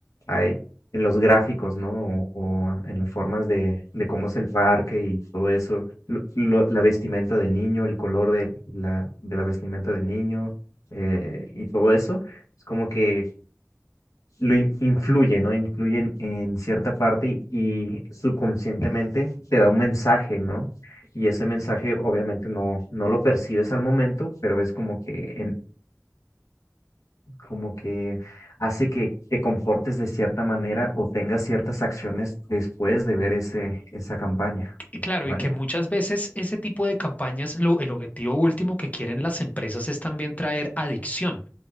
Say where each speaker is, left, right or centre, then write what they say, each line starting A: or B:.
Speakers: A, on the left (about 80°); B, on the left (about 30°).
A: hay en los gráficos, ¿no? O, o en las formas de, de cómo es el parque y todo eso, lo- lo- la vestimenta del niño, el color de la, de la vestimenta del niño eh, y todo eso, es como que lo in- influye, ¿no? Influye en, en cierta parte y, y subconscientemente te da un mensaje, ¿no? Y ese mensaje obviamente no, no lo percibes al momento, pero es como que en, como que hace que te comportes de cierta manera o tengas ciertas acciones después de ver ese, esa campaña,
B: y claro,
A: ¿vale?
B: y que muchas veces ese tipo de campañas, lo, el objetivo último que quieren las empresas es también traer adicción.